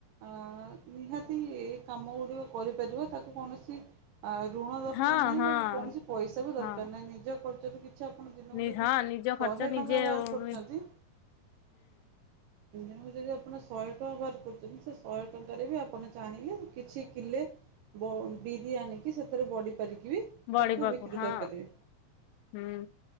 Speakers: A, on the right; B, on the left.
A: ଅ ନିହାତି ଏ କାମ ଗୁଡ଼ିକ କରିପାରିବ ତାକୁ କୌଣସି ଆ ଋଣ ଦରକାର
B: ହଁ
A: ନାଇଁ
B: ହଁ
A: ବା କୌଣସି ପଇସା ବି ଦରକାର
B: ହଁ
A: ନାଇଁ, ନିଜ ଖର୍ଚ୍ଚରୁ କି ଛା ଆପଣ ଦିନକୁ
B: ନି
A: ଯଦି
B: ହଁ ନିଜ
A: ଶହେ
B: ଖର୍ଚ୍ଚ ନିଜେ
A: ଟଙ୍କା ବାହାର
B: ହୁଁ
A: କରୁଚନ୍ତି। ଦିନକୁ ଯଦି ଆପଣ ଶହେ ଟଙ୍କା ବାହାର କରୁଛନ୍ତି ସେ ଶହେ ଟଙ୍କାରେ ବି ଆପଣ ଚାହିଁଲେ କିଛି କିଲେ ବ ବିରି ଆଣିକି ସେଥିରେ ବଡିପାରିକି ବି
B: ବଢିବାକୁ
A: ତାକୁ ବିକ୍ରି
B: ହଁ
A: କରିପାରିବେ।
B: ହୁଁ